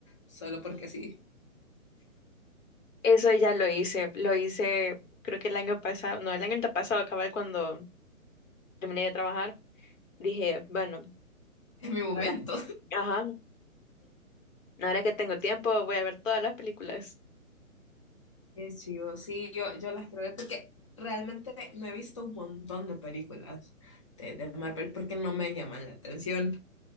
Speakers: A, on the left; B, on the left.
A: solo porque sí,
B: eso ya lo hice, lo hice creo que el año pasado, no, el año antepasado, cabal, cuando terminé de trabajar, dije, bueno,
A: es mi momento.
B: ahora, ajá, ahora que tengo tiempo voy a ver todas las películas.
A: <laughs> Qué chido, sí, yo, yo las quiero ver porque realmente no he visto un montón de películas de, de Marvel porque no me llaman la atención,